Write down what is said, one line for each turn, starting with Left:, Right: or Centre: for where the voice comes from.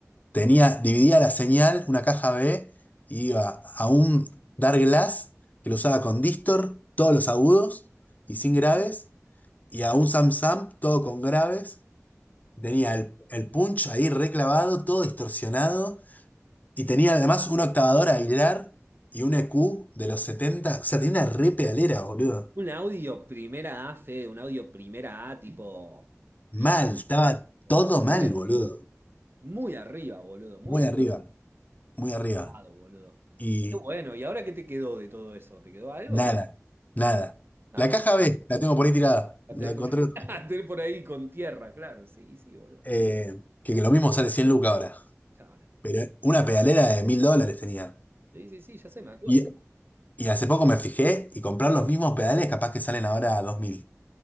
Left: tenía, dividía la señal, una caja B, y iba a un Dark Glass que lo usaba con Distor, todos los agudos y sin graves, y a un Samsung, todo con graves. Tenía el, el punch ahí reclavado, todo distorsionado, y tenía además una octavadora Aguilar y un EQ de los setenta O sea, tenía una re pedalera, boludo.
Right: un audio primera A, Fede, un audio primera A tipo llanto.
Left: Mal, estaba todo
Right: Muy
Left: mal,
Right: arriba.
Left: boludo.
Right: Muy arriba, boludo. Muy
Left: Muy arriba, muy arriba.
Right: arribado, boludo.
Left: Y
Right: Qué bueno. ¿Y ahora qué te quedó de todo eso? ¿Te quedó algo?
Left: Nada, nada.
Right: Nada.
Left: La caja B, la tengo por ahí tirada.
Right: La
Left: La
Right: tenés
Left: encontré.
Right: por,
Left: el
Right: <laughs>
Left: otro
Right: la
Left: día.
Right: tenés por ahí con tierra, claro. Sí, sí, boludo.
Left: Eh, que, que lo mismo sale 100 lucas ahora.
Right: Chao.
Left: Pero una pedalera de 1000 dólares tenía.
Right: Sí, sí, sí, ya sé, me acuerdo.
Left: Y, y hace poco me fijé y comprar los mismos pedales capaz que salen ahora a dos mil